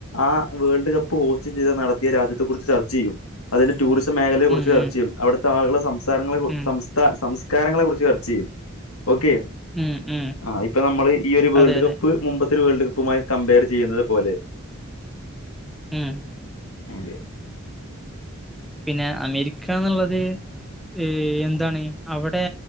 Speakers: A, on the left (about 85°); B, in the centre.
A: ആ വേൾഡ് കപ്പ് ഹോസ്റ്റ് ചെയ്ത നടത്തിയ രാജ്യത്തെ കുറി ച്ച് ചർച്ച ചെയ്യും അതിന്റെ ടൂറിസം മേഖലയെ കുറിച്ച്
B: ഉം
A: ചർച്ച
B: ഉം
A: ചെയ്യും അവിടുത്തെ ആളുകളുടെ സംസാരങ്ങളെ
B: ഉം
A: സംസാ സം കാരങ്ങളെ കുറിച്ച് ചർച്ച ചെയ്യും ഓക്കെ
B: ഉം ഉം
A: ആ ഇപ്പൊ നമ്മള് ഈ ഒരു വേൾഡ്
B: അതെ അതെ
A: കപ്പ് മുമ്പത്തെ ഒരു വേൾഡ് ക പ്പുമായി കമ്പയർ ചെയ്യ്തത് പോലെ
B: ഉം
A: അതെ
B: പിന്നെ അമേരിക്കാന്നുള്ളത് ഏ എന്താണ് അവിടെ